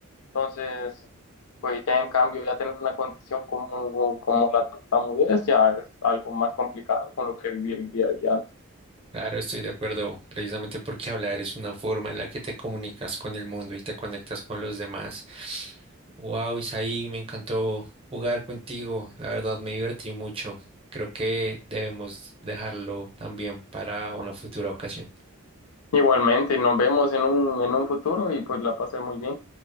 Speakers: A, on the left; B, on the right.
A: Entonces, pues ya en cambio, ya tener una condición como, como la tartamudez ya es algo más complicado con lo que vivir el día a día.
B: Claro, estoy de acuerdo, precisamente porque hablar es una forma en la que te comunicas con el mundo y te conectas con los demás. Wow, Isaí, me encantó jugar contigo, la verdad me divertí mucho. Creo que debemos dejarlo también para una futura ocasión.
A: Igualmente, nos vemos en un, en un futuro y pues la pasé muy bien.